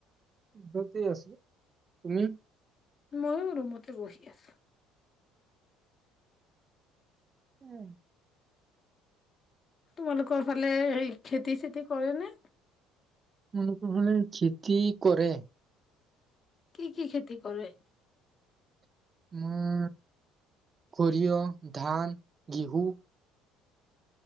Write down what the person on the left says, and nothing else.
ময়ো ৰুমতে বহি আছোঁ।
তোমালোকৰ ফালে এই খেতি চেটি কৰেনে?
কি, কি খেতি কৰে?